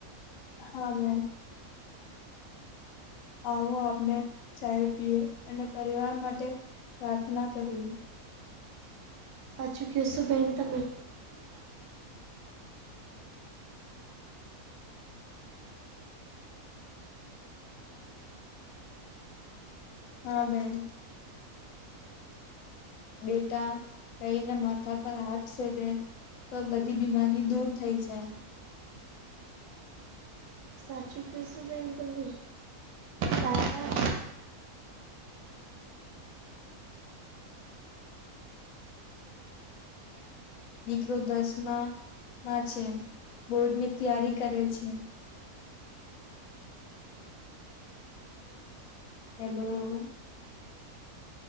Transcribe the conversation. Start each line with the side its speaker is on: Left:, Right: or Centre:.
Left: હા મે. આવો આપને ચાય પીએ અને પરિવાર માટે પ્રાર્થના કરીએ,
Right: સાચું કીયોસો બેન તમે
Left: હા બેન. બેટા કહીને માથા પર હાથ ફેરવે. તો બધી બીમારી દૂર થઈ જાય.
Right: સાચું કેશો બેન તમે દા
Left: દીકરો દસમા માં છે બોર્ડ ની તૈયારી કરે છે. હેલો.